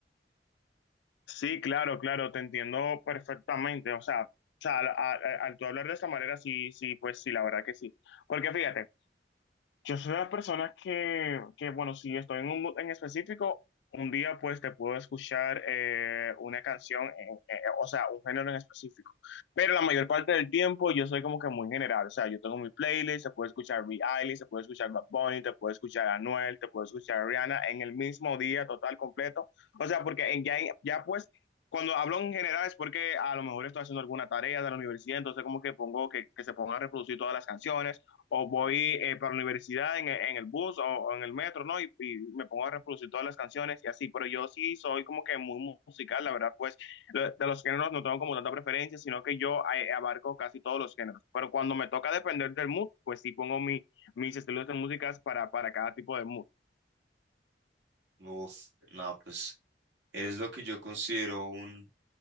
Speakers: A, on the left; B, on the right.
A: Sí, claro, claro, te entiendo perfectamente. O sea, o sea, al, al- al tú hablar de esa manera, sí, sí, pues sí, la verdad que sí. Porque fíjate, Yo soy una persona que, que, bueno, si estoy en un mood en específico, un día pues te puedo escuchar eh, una canción, en- eh, o sea, un género en específico. Pero la mayor parte del tiempo yo soy como que muy general, o sea, yo tengo mi playlist, se puede escuchar Billie Eilish, se puede escuchar Bad Bunny, te puede escuchar Anuel, te puede escuchar Rihanna en el mismo día total, completo. O sea, porque en, ya, ya pues... Cuando hablo en general es porque a lo mejor estoy haciendo alguna tarea de la universidad, entonces como que pongo que, que se ponga a reproducir todas las canciones o voy eh, para la universidad en, en el bus o, o, en el metro, ¿no? Y, y, me pongo a reproducir todas las canciones y así, pero yo sí soy como que muy musical, la verdad, pues lo- de los géneros no tengo como tanta preferencia, sino que yo eh, abarco casi todos los géneros, pero cuando me toca depender del mood, pues sí pongo mi, mis estilos de músicas para, para cada tipo de mood.
B: Uf, no, pues eres lo que yo considero un,